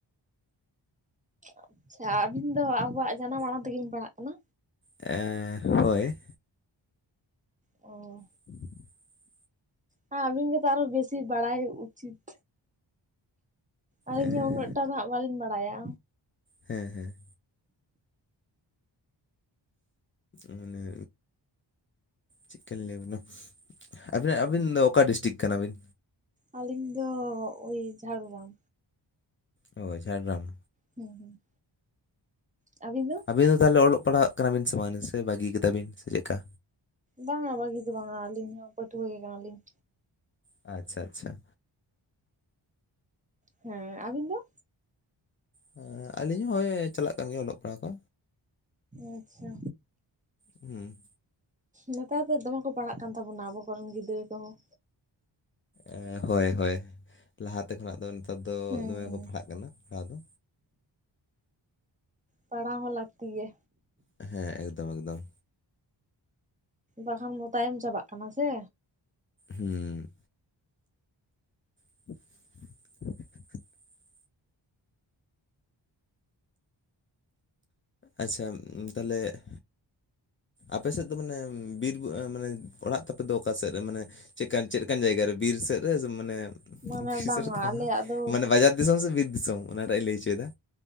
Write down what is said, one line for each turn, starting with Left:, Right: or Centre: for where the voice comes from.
Right: ᱟᱪᱪᱷᱟ, ᱟᱹᱵᱤᱱ ᱫᱚ ᱟᱵᱚᱣᱟᱜ ᱡᱟᱱᱟᱢ ᱟᱲᱟᱝ ᱛᱮᱜᱮ ᱵᱤᱱ ᱯᱟᱲᱦᱟᱜ ᱠᱟᱱᱟ?
Left: ᱮᱸᱻ ᱦᱳᱭ᱾
Right: ᱚᱻ।
Left: <inaudible>
Right: ᱦᱮᱸ, ᱟᱵᱤᱱ ᱜᱮᱛᱚ ᱟᱨᱦᱚᱸ ᱵᱤᱥᱤ ᱵᱟᱲᱟᱭ ᱩᱪᱤᱛ᱾ ᱟᱹᱞᱤᱧ
Left: ᱮᱸ
Right: ᱦᱚᱸ ᱩᱱᱟᱹᱜ ᱴᱟ ᱫᱚ ᱦᱟᱸᱜ ᱵᱟᱹᱞᱤᱧ ᱵᱟᱲᱟᱭᱟ᱾
Left: ᱦᱮᱸ ᱦᱮᱸ᱾ ᱢᱟᱱᱮ ᱪᱮᱫᱠᱟᱧ ᱞᱟᱹᱭᱟᱵᱤᱱᱟ? ᱟᱹᱵᱤᱱᱟᱜ ᱟᱹᱵᱤᱱ ᱚᱠᱟ ᱰᱤᱥᱴᱤᱠ ᱠᱟᱱᱟ ᱵᱤᱱ?
Right: ᱟᱹᱞᱤᱧ ᱫᱚᱻ ᱳᱭ ᱡᱷᱟᱲᱜᱨᱟᱢ᱾
Left: ᱚ, ᱡᱷᱟᱲᱜᱨᱟᱢ?
Right: ᱦᱩᱸ ᱦᱩᱸ, ᱟᱹᱵᱤᱱ ᱫᱚ?
Left: ᱟᱹᱵᱤᱱ ᱫᱚ ᱛᱟᱦᱞᱮ ᱚᱞᱚᱜ ᱯᱟᱲᱦᱟᱜ ᱠᱟᱱᱟ ᱵᱤᱱ ᱥᱮ ᱵᱟᱝ? ᱥᱮ ᱵᱟᱹᱜᱤᱭ ᱠᱟᱫᱟ ᱵᱤᱱ ᱥᱮ ᱪᱮᱫᱠᱟ?
Right: ᱵᱟᱝᱟ, ᱵᱟᱹᱜᱤ ᱫᱚ ᱵᱟᱝᱟ᱾ ᱟᱹᱞᱤᱧ ᱦᱚᱸ ᱯᱟᱹᱴᱷᱩᱣᱟᱹ ᱜᱮ ᱠᱟᱱᱟ ᱞᱤᱧ᱾
Left: ᱟᱪᱪᱷᱟ ᱟᱪᱪᱷᱟ᱾
Right: ᱦᱮᱸᱻ᱾ ᱟᱵᱤᱱ ᱫᱚ?
Left: ᱦᱮᱸᱻ᱾ ᱟᱹᱞᱤᱧ ᱦᱚᱸ ᱦᱳᱭ ᱪᱟᱞᱟᱜ ᱠᱟᱱ ᱜᱮᱭᱟ, ᱚᱞᱚᱜ ᱯᱟᱲᱦᱟᱣ ᱠᱚ᱾
Right: ᱟᱪᱪᱷᱟ᱾
Left: ᱦᱩᱸ᱾
Right: ᱱᱮᱛᱟᱨ ᱫᱚ ᱫᱚᱢᱮ ᱠᱚ ᱯᱟᱲᱦᱟᱜ ᱠᱟᱱ ᱛᱟᱵᱚᱱᱟ ᱟᱵᱚ ᱠᱚᱨᱮᱱ ᱜᱤᱫᱟᱹᱨ ᱠᱚᱦᱚᱸ᱾
Left: ᱮᱻ ᱦᱳᱭ ᱦᱳᱭ᱾ ᱞᱟᱦᱟᱛᱮ ᱠᱷᱚᱱᱟᱜ ᱫᱚ ᱱᱮᱛᱟᱨ ᱫᱚ
Right: ᱦᱩᱸ
Left: ᱫᱚᱢᱮ
Right: ᱦᱩᱸ
Left: ᱠᱚ ᱯᱟᱲᱦᱟᱜ ᱠᱟᱱᱟ ᱯᱟᱲᱦᱟᱣ ᱫᱚ᱾
Right: ᱯᱟᱲᱦᱟᱣ ᱦᱚᱸ ᱞᱟᱹᱠᱛᱤ ᱜᱮ᱾
Left: ᱦᱮᱸ, ᱮᱠᱫᱚᱢ ᱮᱠᱫᱚᱢ᱾
Right: ᱵᱟᱠᱷᱟᱱ ᱵᱚ ᱛᱟᱭᱚᱢ ᱪᱟᱵᱟᱜ ᱠᱟᱱᱟ ᱥᱮ?
Left: ᱦᱩᱸᱻ <inaudible> ᱟᱪᱪᱷᱟ, ᱛᱟᱦᱟᱞᱮ ᱼᱼ ᱟᱯᱮ ᱥᱮᱫ ᱫᱚ ᱢᱟᱱᱮ ᱵᱤᱨ ᱵᱩ ᱢᱟᱱᱮ ᱚᱲᱟᱜ ᱛᱟᱯᱮ ᱫᱚ ᱚᱠᱟ ᱥᱮᱫ ᱨᱮ? ᱢᱟᱱᱮ ᱼᱼ ᱪᱮᱫᱟᱱ ᱪᱮᱫ ᱞᱮᱠᱟᱱ ᱡᱟᱭᱜᱟ ᱨᱮ? ᱵᱤᱨ ᱥᱮᱫ ᱨᱮ? ᱢᱟᱱᱮ
Right: ᱢᱟᱱᱮ
Left: ᱼᱼ <unintelligible>
Right: ᱵᱟᱝᱟ ᱟᱞᱮᱭᱟᱜ ᱫᱚ
Left: ᱢᱟᱱᱮ ᱵᱟᱡᱟᱨ ᱫᱤᱥᱚᱢ ᱥᱮ ᱵᱤᱨ ᱫᱤᱥᱚᱢ? ᱚᱱᱟᱴᱟᱜ ᱤᱧ ᱞᱟᱹᱭ ᱦᱚᱪᱚᱭᱮᱫᱟ।